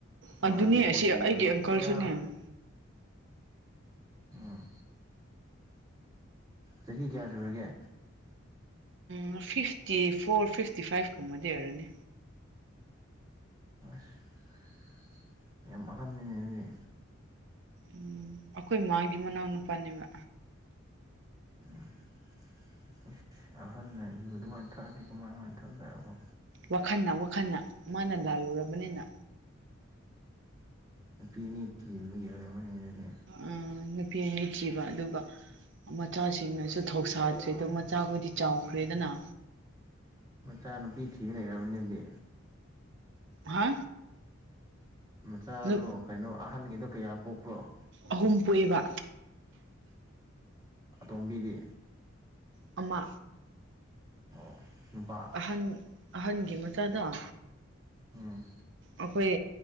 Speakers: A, on the right (about 65°); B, on the right (about 20°).
A: ꯑꯗꯨꯅꯦ
B: ꯃꯥꯒꯤ
A: ꯑꯁꯤ
B: ꯀꯨꯆꯨꯗꯨꯁꯨ
A: ꯑꯩꯒꯤ ꯑꯪꯀꯜꯁꯨꯅꯦ
B: ꯄꯨꯔꯥ ꯑꯣꯥ ꯆꯍꯤ ꯀꯌꯥ ꯁꯨꯔꯒꯦ
A: ꯝꯎ ꯐꯤꯐꯇꯤ ꯐꯣꯔ ꯐꯤꯐꯇꯤ ꯐꯥꯏꯚ ꯀꯨꯝꯕꯗꯤ ꯑꯣꯏꯔꯅꯤ
B: ꯑꯁ ꯌꯥꯝ ꯃꯈꯍꯟꯃꯤꯅꯦ ꯑꯗꯨꯗꯤ
A: ꯎꯝ ꯑꯩꯈꯣꯏ ꯃꯥꯥꯒꯤ ꯃꯅꯥꯎ ꯅꯨꯄꯥꯅꯦꯕ
B: ꯎꯝ ꯏꯁ ꯑꯍꯜꯟꯅ ꯌꯨ ꯑꯗꯨꯃꯥꯏꯅ ꯊꯛꯑꯗꯤ ꯀꯃꯥꯏ ꯀꯃꯥꯏꯅ ꯊꯛꯗꯒꯣ
A: ꯋꯥꯈꯜꯅ ꯋꯥꯈꯜꯅ ꯃꯥꯅ ꯂꯥꯜꯂꯨꯔꯕꯅꯤꯅ
B: ꯅꯨꯄꯤ ꯑꯅꯤ ꯊꯤꯕꯒꯤ ꯑꯣꯏꯔꯝꯃꯅꯤ ꯑꯗꯨꯗꯤ
A: ꯎꯝ ꯅꯨꯄꯤ ꯑꯅꯤ ꯆꯤꯕ ꯑꯗꯨꯒ ꯃꯆꯥꯁꯤꯡꯅꯁꯨ ꯊꯧꯁꯥꯗ꯭ꯔꯤꯗꯣ ꯃꯆꯥꯈꯣꯏꯗꯤ ꯆꯥꯎꯈ꯭ꯔꯦꯗꯅ
B: ꯃꯆꯥ ꯅꯨꯨꯄꯤ ꯊꯤꯕ ꯂꯩꯔꯕꯅꯤ ꯑꯗꯨꯗꯤ
A: ꯍꯥ
B: ꯃꯆꯥꯗꯣ
A: ꯅ
B: ꯀꯩꯅꯣ ꯑꯍꯟꯒꯤꯗꯣ ꯀꯌꯥ ꯄꯣꯛꯄ꯭ꯔꯣ
A: ꯑꯍꯨꯝ ꯄꯣꯛꯏꯕ
B: ꯑꯇꯣꯝꯕꯤꯗꯤ
A: ꯑꯃ
B: ꯑꯣ ꯅꯨꯄꯥ
A: ꯑꯍꯟ ꯑꯍꯟꯒꯤ ꯃꯆꯥꯗ‌ꯣ
B: ꯎꯝ
A: ꯑꯩꯈꯣꯏ